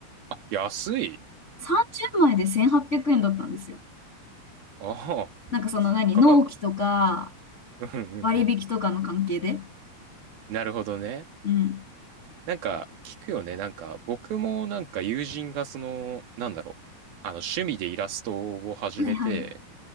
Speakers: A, on the right; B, on the left.
A: あ、安い。
B: 30枚で1800円だったんですよ。
A: ああ、
B: なんかその何、
A: かか、
B: 納期とか
A: <laughs> うんうんうん。
B: 割引とかの関係で。
A: なるほどね。
B: うん。
A: なんか、聞くよね。なんか、僕もなんか友人がその、なんだろう。あの、趣味でイラストを始めて、
B: はいはい。